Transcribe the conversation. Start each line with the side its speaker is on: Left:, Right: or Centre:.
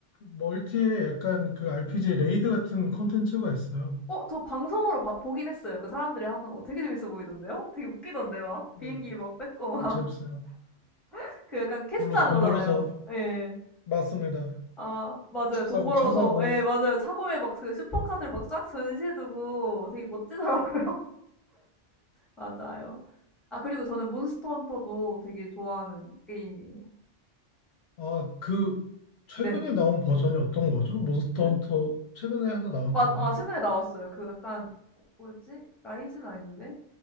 Left: 멀티에 약간 그 RPG 레이드 같은 콘텐츠가 있어요.
Centre: 어 저 방송으로 봐 보긴 했어요. 그 사람들이 하는 거 되게 재밌어 보이던데요? 되게 웃기던데 막
Left: 네,
Centre: 비행기 막 뺏고
Left: 그
Centre: 막
Left: 재밌어요.
Centre: <laughs> 그 약간 캐스트하는
Left: 그걸로 돈
Centre: 거잖아요.
Left: 벌어서
Centre: 예.
Left: 맞습니다.
Centre: 아 맞아요.
Left: 집
Centre: 돈
Left: 사고
Centre: 벌어서
Left: 차 사고.
Centre: 예 맞아요. 차고에 막 그 슈퍼카들 막 쫙 전시해 두고 되게 멋지더라고요. <laughs> 맞아요. 아 그리고 저는 몬스터 헌터도 되게 좋아하는 게임이에요.
Left: 아, 그 최근에
Centre: 네.
Left: 나온 버전이 어떤 거죠? 몬스터
Centre: 그
Left: 헌터 최근에 하나 나왔잖아요.
Centre: 맞 아 최근에 나왔어요. 그 약간 어, 뭐였지? 라이즈는 아닌데?